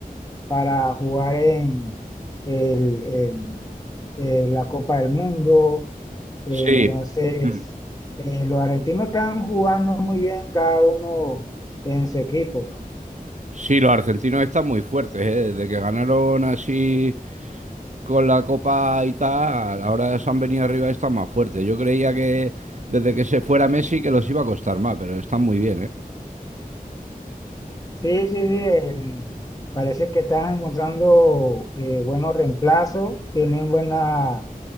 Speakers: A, on the left; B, on the right.
A: para jugar en el- en, eh, la Copa del Mundo. Eh,
B: Sí.
A: entonces,
B: Mm.
A: eh, los argentinos están jugando muy bien cada uno en su equipo.
B: Sí, los argentinos están muy fuertes, ¿eh? Desde que ganaron así con la Copa y tal, ahora se han venido arriba y están más fuertes. Yo creía que desde que se fuera Messi que los iba a costar más, pero están muy bien,
A: Sí, sí, sí, el- parece que están encontrando eh, buenos reemplazos, tienen buena